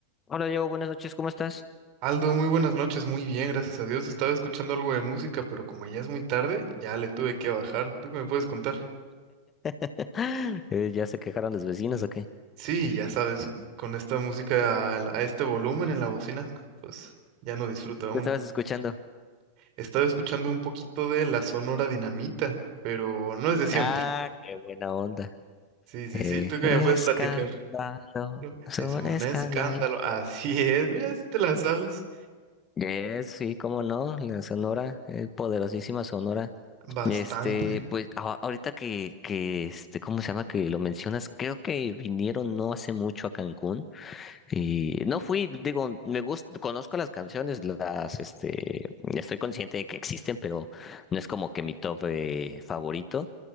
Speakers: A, on the left (about 25°); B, on the right (about 40°).
A: Hola Diego, buenas noches, ¿cómo estás?
B: Aldo, muy buenas noches, muy bien, gracias a Dios. Estaba escuchando algo de música, pero como ya es muy tarde, ya le tuve que bajar. ¿Tú qué me puedes contar?
A: <laughs> Eh, ¿ya se quejaron los vecinos o qué?
B: Sí, ya sabes, con esta música al- a, este volumen en la bocina, pues ya no disfruta aún.
A: ¿Lo estabas escuchando?
B: Estaba escuchando un poquito de la Sonora Dinamita, pero no es de siempre.
A: Ah, qué buena onda.
B: Sí, sí,
A: Eh,
B: sí, ¿tú qué
A: escándalo,
B: me puedes platicar? No,
A: es
B: Es
A: un
B: un
A: escándalo.
B: escándalo, así es, mira si te la sabes.
A: Eh, sí, cómo no, la Sonora, eh, poderosísima Sonora.
B: Bastante.
A: Este, pues a- ahorita que, que, este, ¿cómo se llama? Que lo mencionas, creo que vinieron no hace mucho a Cancún. Y no fui, digo, me gusta, conozco las canciones, las, este, estoy consciente de que existen, pero no es como que mi top eh, favorito.